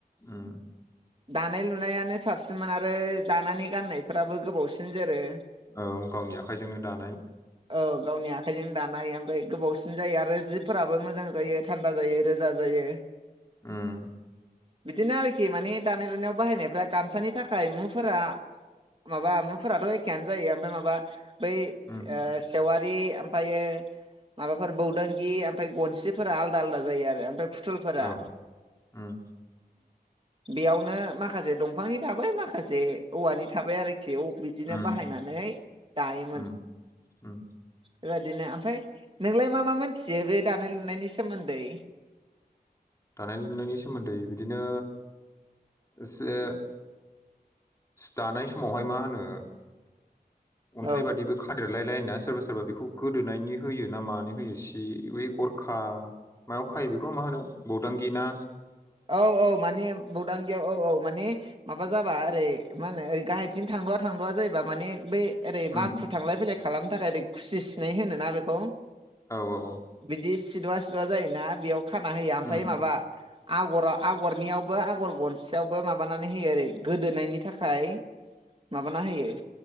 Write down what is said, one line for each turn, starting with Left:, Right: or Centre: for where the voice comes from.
Left: उम
Right: दानाय <unintelligible> दनायानो साबसिनमोन आरो दानानै गाननायफोराबो गोबावसिन जोरो
Left: औ गावनि आखाइजोंनो दानाय
Right: औ गावनि आखाइजों दानाय ओमफ्राय गोबावसिन जायो आरो जिफोराबो मोजां जायो थान्दा जायो रोजा जायो
Left: ओम
Right: बिदिनो आरोखि माने दानाय लुनायाव बाहायनायफ्रा गामसानि थाखाय मुफोरा माबा मुफोराथ' एखेयानो जायो ओमफ्राय माबा बै
Left: उम
Right: सेेवारि ओमफ्रायो माबाफोर बौदांगि ओमफ्राय गनस्रिफोरा आलदा आलादा जायो आरो फ्राय फुथलफोरा
Left: औ उम
Right: बेयावनो माखासे दंफांनि थाबाय माखासे औवानि थाबाय आरोखि बेयाव बिदिनो
Left: उम
Right: बाहायनानै दायोमोन
Left: उम उम
Right: बेबादिनो ओमफ्राय नोंलाय मा मा मोनथियो बे दानाय लुनायनि सोमोन्दै
Left: दानाय लुनायनि सोमोन्दै बिदिनो एसे दानाय समावहाय मा होनो अन्थाइ
Right: औ
Left: बाददिबो खादेरलाय लाया सोरा सोरबा खुब गोदोनायनि होय ना मानो बे खा मायाव खायो बेखौ मा होनो बदांगिना
Right: औ औ माने बदांगियाव औ औ मानिे माबा जाबा ओरै मा होनो ओरै गाहायथिं थांद'वा थांद'वा जायोबा माने बै ओै माखु
Left: उम
Right: थांलाय फैलाय खालामनो थाखाय रै खुसि सिनायै होनो ना बेखौ
Left: औ औ औ
Right: बिदि सिदुा जायोना बेयाव खाना होयो ओमफ्राय
Left: उम
Right: माबा आगराव आगरनियावबो आगर गनसेयावबो माबानानै होयो ओरै गोदोनायनि थाखाय माबाना होयो